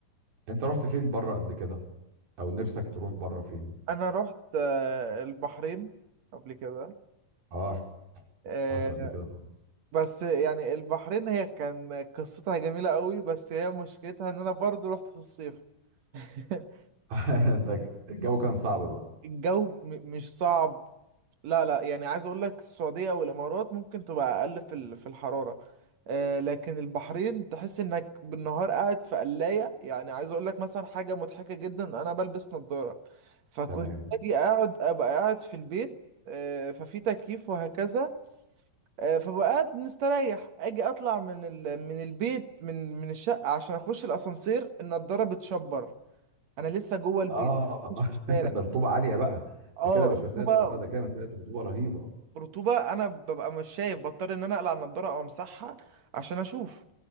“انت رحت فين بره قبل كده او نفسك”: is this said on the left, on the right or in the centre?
Right